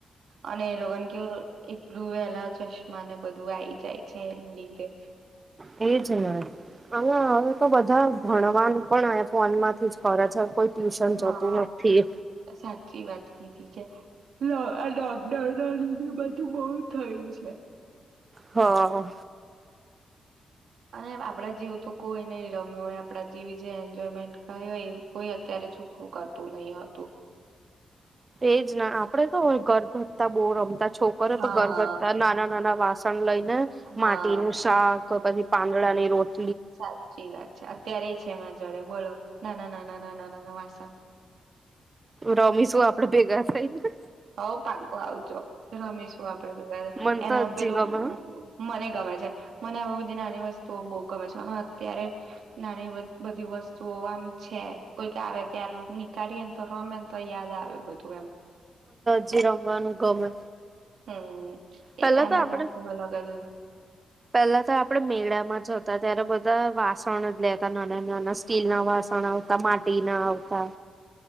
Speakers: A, on the right; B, on the right.
A: અને એ લોકોને કેવું બ્લુવેલા ચશ્મા ને બધું આવીઈ જાય છે એમ લીધે
B: એજ ને હ હવે તો બધા ભણવાનું પણ ફોન માંથી જ ખર છે કોઈ ટ્યુશન
A: હા
B: જતું નથી
A: સાચી વાત કીધી છે આ લોકડાઉન ના લીધે બધું બ થયું છે
B: હા
A: અને આપડા જેવ તો કોઈ નહ રમ્યું હોય આપણા જેવી જે એન્જોયમેન્ટ કર હોય એ કોઈ અત્યારે છોકરું કરતું નહી હતું
B: એજ ના આપડે તો ઘર ઘટતા બહુ રમતા. છોકરીયો
A: હા
B: તો ઘર ઘટતા નાના નાના વાસણ લઈ ને માટીનું
A: હા
B: શાક પછી પાંદડા ની રોટ
A: સાચી વાત છે, અત્યારેય છે માં જોડે બોલો નાના-નાના, નાના-નાના વાસણ
B: રમીશું આપડે ભેગા થઈને.
A: હઉ! પાકું આવજો રમીશું આપડે ભેગા
B: મન
A: એના
B: તો
A: પેલું
B: હજી ગમે
A: મને ગમે છે. મને આવી બધી નાની વસ્તુઓ બો ગમે છે અને અત્યારે નાની બધી વસ્તુઓ આમ છે કોઈક આવે તારે રોજ નીકાળીએ તો રમે ને તો યાદ આવે બધું એમ.
B: જી રમવાનું ગમે.
A: હમ
B: પેલા
A: એ ટાઈમમાં
B: આપડે
A: તો બધુ અલગ હતું.
B: પેલા તો આપણેે મેળામાં જતા ત્યારે બધા વાસણ જ લેતા નાના-નાના સ્ટીલ ના વાસણ આવતા, માટી ના આવતા